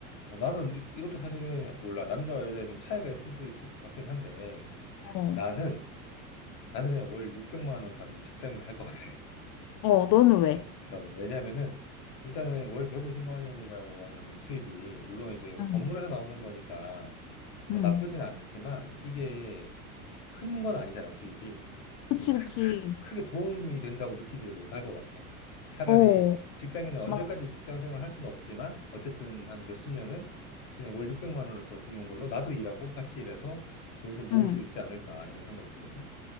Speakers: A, on the left; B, on the left.
A: 나는 이- 이것도 사실은 몰라. 남자와 여자에 좀 차이가 있을 수 있을 것 같긴 한데,
B: 어.
A: 나는, 나는 그냥 월 600만 원 받는 직장인을 할 것 같아.
B: 어, 너는
A: 아,
B: 왜?
A: 나도, 나도. 왜냐면은, 일단은 월 150만 원이라고 하는 수입이, 물론 이제
B: 응.
A: 건물에서 나오는 거니까, 뭐
B: 응.
A: 나쁘진 않지만, 이게 큰 건 아니잖아, 수입이.
B: 그치,
A: 이게 크,
B: 그치.
A: 크, 크게 도움이 된다고 느끼지를 못할 것 같아. 차라리
B: 어.
A: 직장인은 언제까지
B: 막,
A: 직장 생활 할 수는 없지만, 어쨌든 한 몇십 년은 그냥 월 600만 원을 벌 수 있는 걸로 나도 일하고 같이 일해서 돈을 좀 모을
B: 응.
A: 수 있지 않을까, 이런 생각이 들거든.